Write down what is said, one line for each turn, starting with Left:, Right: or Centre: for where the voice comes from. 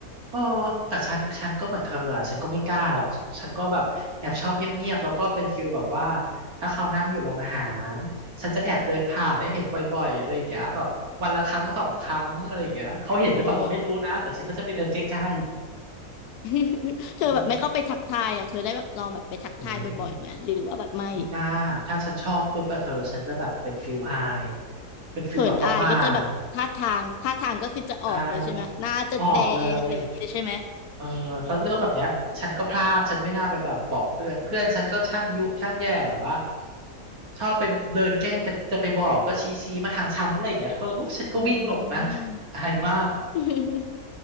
Right: เออแต่ฉันฉันก็เหมือนเธออ่ะฉันก็ไม่กล้าหรอกฉันฉันก็แบบแอบชอบเงียบๆแล้วก็เป็นฟิลแบบว่าถ้าเขานั่งอยู่โรงอาหารฉันจะแอบเดินผ่านได้เห็นบ่อยๆอะไรอย่างเงี้ยแบบวันละครั้งสองครั้งอะไรอย่างเงี้ยเขาเห็นหรือเปล่าก็ไม่รู้นะแต่ฉันก็จะไปเดินใกล้
Left: อ๋อ <laughs>
Right: ๆอืม
Left: เธอแบบไม่เข้าไปทักทายอ่ะเธอได้แบบลองแบบไปทักทายบ่อยๆไหมหรือว่าแบบไม่
Right: โอ้ยไม่กล้า ถ้าฉันชอบปุ๊บอะเธอฉันจะแบบเป็นฟิลอายเป็นฟิลแบบประหมาท
Left: เขินอายก็จะแบบท่าทางท่าทางก็คือจะออกเลยใช่ไหมหน้าจะแดงอะไรอย่างนี้เลยใช่ไหม
Right: ใช่ออกเลย เออแล้วเรื่องแบบเนี้ยฉันก็พลาดฉันไม่น่าไปแบบบอกเพื่อนเพื่อนฉันก็ช่างยุช่างแย่แบบว่าชอบไปเดินแกล้งไปจะไปบอกก็ชี้ชี้มาทางฉันอะไรอย่างเงี้ยเธอโอ้ฉันก็วิ่งหลบนะ
Left: อืม
Right: อายมาก
Left: <laughs>